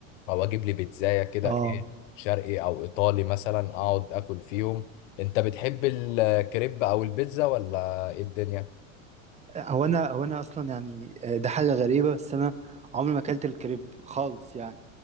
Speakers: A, on the left (about 70°); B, on the right (about 15°).
A: أو أجيب لي بيتزاية كده
B: دي
A: إيه شرقي أو إيطالي مثلا أقعد أكل فيهم أنت بتحب الكريب أو البيتزا ولا إيه الدنيا؟
B: هو انا هو انا اصلا يعني آه، ده حاجه غريبه بس انا عمري ما اكلت الكريب خالص يعني